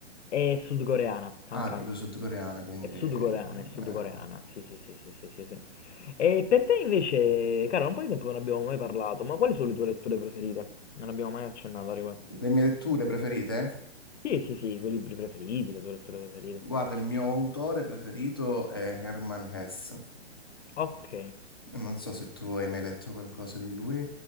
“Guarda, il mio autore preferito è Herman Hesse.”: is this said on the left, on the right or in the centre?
Left